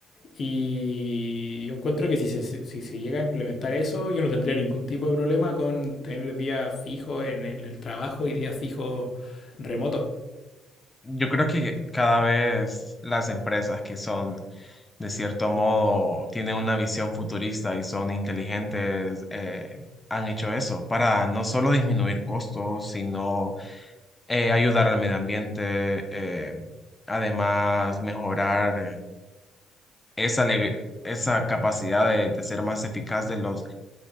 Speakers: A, on the left; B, on the left.
A: y yo encuentro que si se, si se llega a implementar eso, yo no tendría ningún tipo de problema con tener días fijos en el, el trabajo y días fijos remotos.
B: Yo creo que cada vez las empresas que son de cierto modo, tienen una visión futurista y son inteligentes, eh, han hecho eso para no solo disminuir costos, sino eh, ayudar al medio ambiente, eh, además mejorar eh, esa, ale- esa capacidad de, de ser más eficaz de los